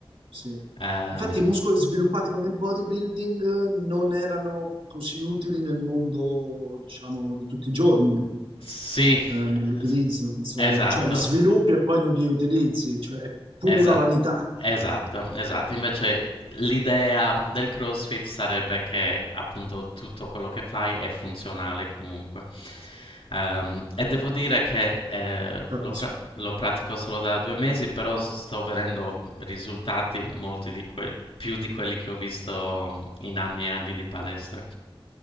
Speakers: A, on the right; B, on the left.
A: sì.
B: Ehm,
A: Infatti i muscoli sviluppati con il bodybuilding eh, non erano così utili nel mondo, diciamo, di tutti i giorni,
B: sì,
A: eh, nell'utilizzo,
B: es-
A: insomma.
B: esatto.
A: Cioè li sviluppi e poi non li utilizzi, cioè è pura
B: Esa-
A: vanità,
B: esatto, esatto. Invece l'idea del CrossFit sarebbe che appunto tutto quello che fai è funzionale comunque. Ehm, e devo dire che eh,
A: capisco.
B: l'ho, pra- lo pratico solo da due mesi, però sto vedendo risultati molti di quel- più di quelli che ho visto mm, in anni e anni di palestra.